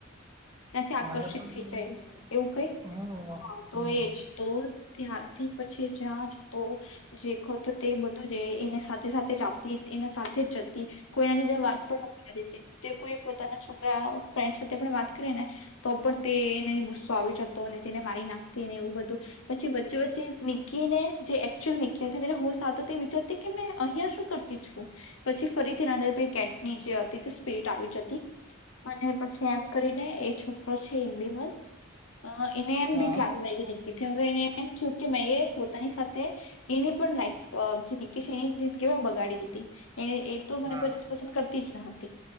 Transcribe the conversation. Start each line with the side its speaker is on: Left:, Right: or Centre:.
Left: નથી આકર્ષિત
Right: મને પણ
Left: થઈ જાય એવું કઈ
Right: હમ
Left: હ તો
Right: હમ
Left: એજ તો ત્યારથી પછી જ્યાં જ તો જે ખરતો તે બધું જ એ એની સાથે સાથે જ આવતી. એના સાથે જ જતી. કોઈનાથી તે વાત પણ નતી કરતી. તે તે કોઈ પોતાના છોકરા ફ્રેન્ડ સાથે વાત કરી ને તો પણ તેને ગુસ્સો આવી જતો. અને તેને મારી નાખતી, એવું બધું. પછી વચ્ચે વચ્ચે ની કીને જે એકચુલ નીકી હતી. તેને હોસ આવતો તે વિચારતી કે મે અહિંયા શું કરતી છું? પછી ફરીથી <unintelligible> પેલી કેટ નીચે અતી તો સ્પિરિટ આવી જતી. અને પછી એમ કરીને એ છોકરો છે, એક દિવસ અ એને એમ
Right: હા
Left: બીક લાગુ લાગે ની કે થે હવે એને એમ થ્યું કેમેએ પોતાની સાથે એની પણ લાઈફ સ્પ જે નીકી છે એની જિંદગી પણ બગાડી દીધી એને એ તો મને
Right: હા
Left: કોઈ દિસ પસંદ કર તી જ ન હતી.